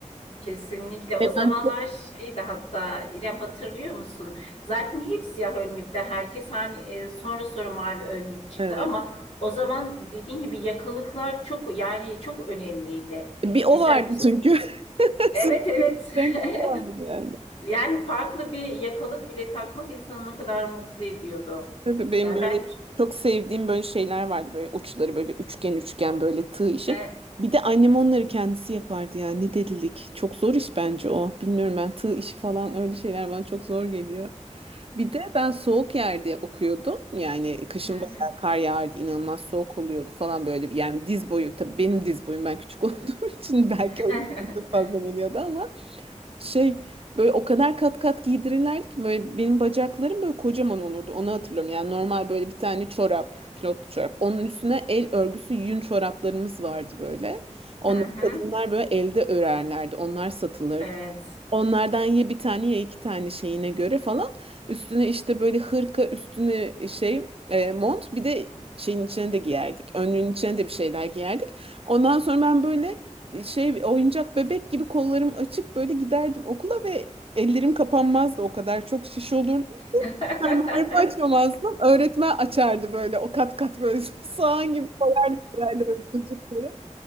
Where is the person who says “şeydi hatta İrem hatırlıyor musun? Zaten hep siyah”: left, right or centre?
Left